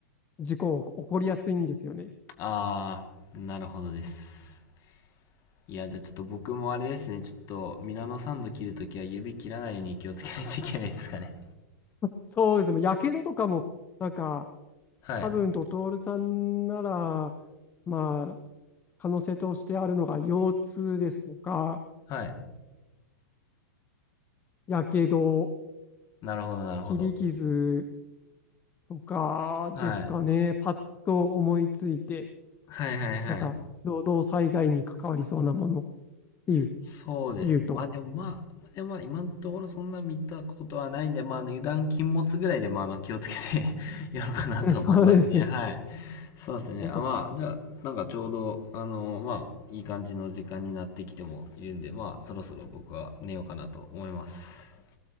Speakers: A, on the left; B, on the left.
A: 事故起こりやすいんですよね。
B: あー、なるほどです。いや、じゃあちょっと僕もあれですね、ちょっとミラノサンド切るときは指切らないように気をつけないといけないですかね。
A: そうですね。やけどとかも、なんか、
B: はい。
A: 多分ドトールさんなら、まあ、可能性としてあるのが腰痛ですとか、
B: はい。
A: やけど、
B: なるほど、なるほど。
A: 切り傷とかですかね。
B: はい。
A: パッと思いついて、
B: はいはいはい。
A: なんか、労働災害に関わりそうなものっていう、
B: そうですね。
A: 言うと。
B: まあでもまあ、でもまあ今のところそんな見たことはないんで、まああの油断禁物ぐらいでまああの気をつけて <laughs> やろうかなと思いますね。
A: <laughs> そうですね。
B: はい。そうですね。
A: 本当
B: あ、まあ、じゃあなんかちょうど、あの、まあ、いい感じの時間になってきてもいるんで、まあそろそろ僕は寝ようかなと思います。